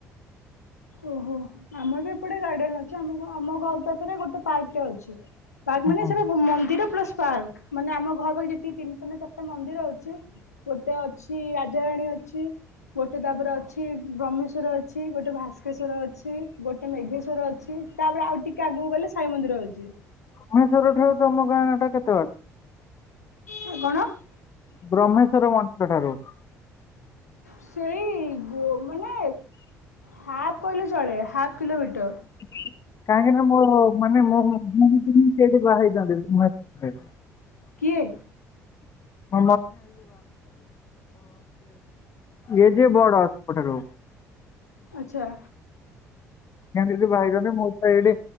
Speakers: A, on the left; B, on the left.
A: ଓହୋ ଆମର ବି ଏପଟେ ଗାର୍ଡେନ ଅଛି ଆମ ଆମ ଘର ପାଖରେ ଗୋଟେ ପାର୍କଟେ ଅଛି। ପାର୍କମାନେ
B: ହଁ
A: ସେଟା ମନ୍ଦିର ପ୍ଲସ ପାର୍କ ମାନେ ଆମ ଘର ପାଖରେ ଯେତିି ତିନିଟ ଚାରିଟା ମନ୍ଦିର ଅଛି ଗୋଟେ ଅଛି ରାଜାରାଣୀ ଅଛି, ଗୋଟେ ତାପରେ ଅଛି ବ୍ରହ୍ମେଶ୍ଵର ଅଛି, ଗୋଟେ ଗୋଟେ ଭାସ୍କେଶ୍ଵର ଅଛି, ଗୋଟେ ମେଘେଶ୍ଵର ଅଛି, ତାପରେ ଆଉ ଟିକେ ଆଗକୁ ଗଲେ ସାଇ ମନ୍ଦିର ଅଛି।
B: ମହେଶ୍ୱର ଠାରୁ ତମ ଗାଁ ଟା କେତେ ବାଟ?
A: ଆ କଣ <unintelligible>
B: ବ୍ରହ୍ମେଶ୍ଵର ମନ୍ଦିର ଠାରୁ?
A: ସେଇ ମାନେ ହାଫ କହିଲେ ଚଳେ ହାଫ କିଲୋମିଟର
B: <unintelligible>
A: କିଏ
B: <unintelligible> ଏ ଯେ ବଡ ସବୁଠାରୁ
A: ଆଚ୍ଛା
B: କେମତି ଭାଇଗନି ମୋ ତ ଏଇଠି